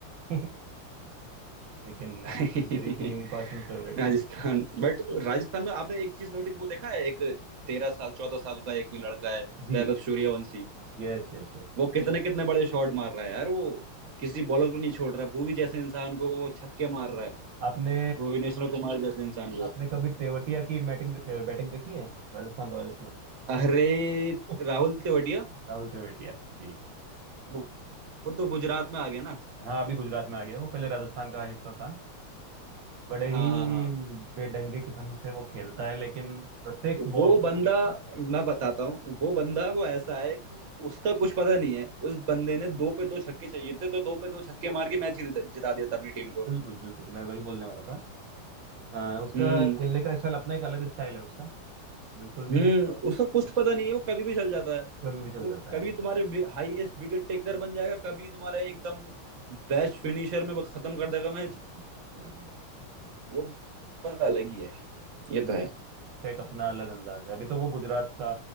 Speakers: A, on the right; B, on the right.
A: है <laughs> लेकिन
B: <laughs>
A: अ, मेरी टीम पर्सनल फेवरेट
B: Rajasthan
A: टीम
B: but Rajasthan में आपने एक चीज नोटिस वो देखा है एक तेरह साल चौदह साल का एक लड़का है
A: जी
B: वैभव सूर्यवंशी
A: Yes yes yes
B: वो कितने कितने बड़े शॉट मार रहा है यार वो किसी बॉलर को नहीं छोड़ रहा भुवी जैसे इंसान को वो छक्के मार रहा है
A: आपने
B: भुवनेश्वर कुमार जैसे इंसान को
A: आपने कभी तेवतिया की बैटिंग बैटिंग देखी है राजस्थान रॉयल्स में
B: अरे
A: <laughs>
B: राहुल तेवड़िया
A: राहुल तेवतिया ठीक
B: वो वो तो गुजरात में आ गया ना
A: हाँ अभी गुजरात में आ गया वो पहले राजस्थान का हिस्सा था बड़े
B: हाँ
A: ही
B: हाँ हाँ
A: बेढंगे किस्म से वो खेलता है लेकिन प्रत्येक
B: वो
A: बॉल को
B: बंदा मैं बताता हूँ वो बंदा वो ऐसा है कि उसका कुछ पता नहीं है उस बंदे ने दो पे दो छक्के चाहिए थे तो दो पे दो छक्के
A: वो बिल्कुल
B: मार के मैच जिता जिता दिया था अपनी टीम को
A: बिल्कुल बिल्कुल, मैं वही बोलने वाला था अ, उसका
B: हम्म
A: खेलने का स्टाइल अपना एक अलग स्टाइल है उसका बिल्कुल भी
B: हम्म उसका कुछ पता नहीं है वो कभी भी चल जाता है
A: कभी भी चल
B: वो
A: जाता
B: कभी
A: है
B: तुम्हारे हाईएस्ट विकेट टेकर बन जाएगा कभी तुम्हारा एकदम बेस्ट फिनिशर में वो खत्म कर देगा मैच
A: हम्म, हम्म, बिल्कुल
B: वो बात अलग ही है
A: जिसका
B: ये तो है
A: एक अपना अलग अंदाज है अभी तो वो गुजरात का